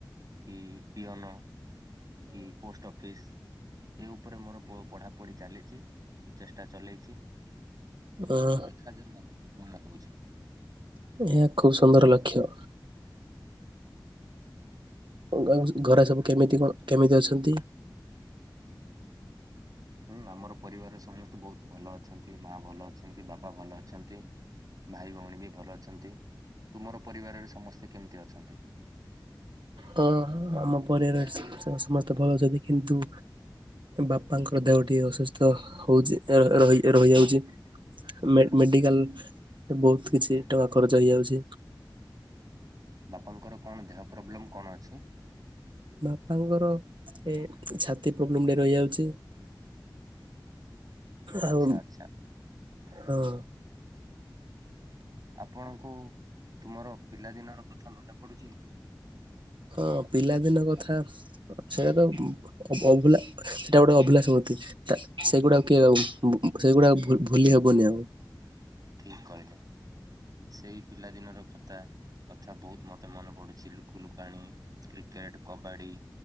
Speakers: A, on the right; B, on the right.
A: କି ପିଅନ କି ପୋଷ୍ଟ ଅଫିସ ଏ ଉପରେ ମୋର ପଢ଼ାପଢି ଚାଲିଚି ମୁଁ ଚେଷ୍ଟା ଚଲେଇଚି।
B: ହଁ
A: ଦେଖାଯାଉ ଆଗକୁ କଣ ହଉଚି?
B: ଏହା ଖୁବ୍ ସୁନ୍ଦର ଲକ୍ଷ୍ୟ। ଘ ଘରେ ସବୁ କେମିତି କଣ କେମିତି ଅଛନ୍ତି?
A: ହୁଁ ଆମର ପରିବାରର ସମସ୍ତେ ବହୁତ ଭଲ ଅଛନ୍ତି। ମା ଭଲ ଅଛନ୍ତି ବାପା ଭଲ ଅଛନ୍ତି। ଭାଇ ଭଉଣୀ ବି ଭଲ ଅଛନ୍ତି। ତୁମର ପରିବାରରେ ସମସ୍ତେ କେମିତି ଅଛନ୍ତି?
B: ହଁ ଆମ ପରିବାର ସମସ୍ତେ ଭଲ ଅଛନ୍ତି କିନ୍ତୁ ବାପାଙ୍କର ଦେହ ଟିକେ ଅସୁସ୍ଥ ହଉଚି। ଏ ଏ ର ରହି ରହିଯାଉଚି। ମେଡିକାଲ ବହୁତ କିଛି ଟଙ୍କା ଖରର୍ଚ ହେଇଯାଉଚି।
A: ବାପାଙ୍କର କଣ ଦେହ ପ୍ରୋବ୍ଲେମ କଣ ଅଛି?
B: ବାପାଙ୍କର ଏ ଛାତି ପ୍ରୋବ୍ଲେମ୍ ଟେ ରହିଯାଉଚି। ଆଉ
A: ଆଚ୍ଛା ଆଚ୍ଛା
B: ହଁ।
A: ଆପଣଙ୍କୁ ତୁମର ପିଲାଦିନ ର କଥା ମନେ ପଡୁଚି?
B: ହଁ ପିଲାଦିନ କଥା ସେଇଟା ତ ଅବୁଲା ସେଇଟା ଗୋଟେ ଅବୁଲା ସ୍ମୃତି। ସେଗୁଡାକ କିଏ ଉ ସେଗୁଡାକ ଭୁ ଭୁଲି ହବନି ଆଉ।
A: ଠିକ କହିଲେ ସେଇ ପିଲାଦିନର କଥା କଥା ବହୁତ ମତେ ମନେ ପଡୁଚି ଲୁକୁ ଲୁକାଣି କ୍ରିକେଟ କବାଡ଼ି